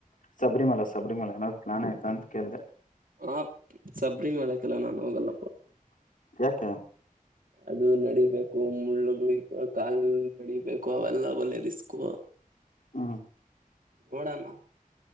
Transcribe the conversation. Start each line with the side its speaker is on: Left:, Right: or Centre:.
Left: ಸಬರಿಮಲ ಸಬರಿಮಲ ಏನಾದ್ಾನ್ ಆಯ್ತಾ ಅಂತ ಕೇಳ್ದೆ
Right: ಹ ಸಬರಿಿ ಮಕಲ್ಲ ನಾನ್ ಹೋಗಲ್ಲಪ್ಪ
Left: ಯಾಕೆ
Right: ಅದು ನಡೀಬೇಕು ಮುಳ್ಳುಗ್ ಕಾಲ್ ನಡಬೇಕು ಅವೆಲ್ಲ ಒಲೆ ರಿಸ್ಕು
Left: ಹಾ
Right: ನೋಡಣ